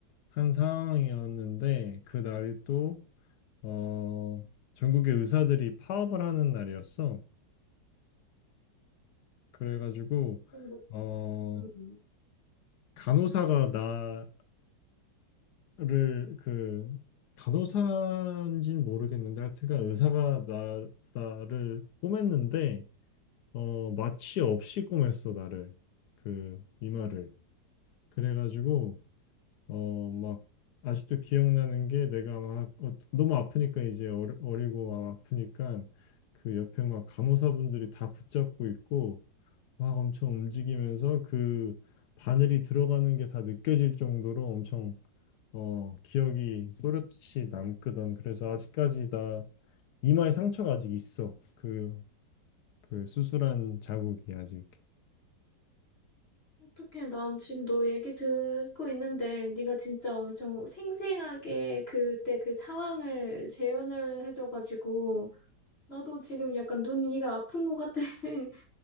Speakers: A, on the left; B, on the left.
A: 한 상황이었는데 그 날이 또 어 전국의 의사들이 파업을 하는 날이었어. 그래가지고
B: 근데,
A: 어
B: 음,
A: 간호사가 나 를 그 간호사인지는 모르겠는데 하여튼간 의사가 나 나를 꼬맸는데 어 마취 없이 꼬맸어 나를 그 이마를 그래가지고 어 막 아직도 기억나는 게 내가 막 어, 너무 아프니까 이제 어리, 어리고 막 아프니까 그 옆에 막 간호사분들이 다 붙잡고 있고 막 엄청 움직이면서 그 바늘이 들어가는 게 다 느껴질 정도로 엄청 어, 기억이 또렷이 남거든. 그래서 아직까지 나 이마에 상처가 아직 있어. 그, 그 수술한 자국이 아직.
B: 어떡해. 난 지금 너 얘기 듣고 있는데 네가 진짜 엄청 생생하게 그때 그 상황을 재현을 해줘가지고 나도 지금 약간 눈 위가 아픈 것 같아. <laughs>